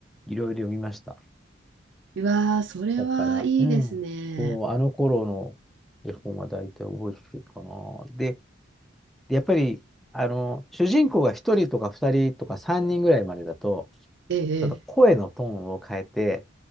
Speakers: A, in the centre; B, on the right.
A: いろいろ読みました。
B: うわー、それはいいですね。
A: だから、うん。そう、あの頃の絵本は大体覚えてるかな。で、でやっぱり、あの、主人公が1人とか2人とか3人ぐらいまでだと、
B: ええ、
A: ちょっと声のトーンを変えて、
B: ええ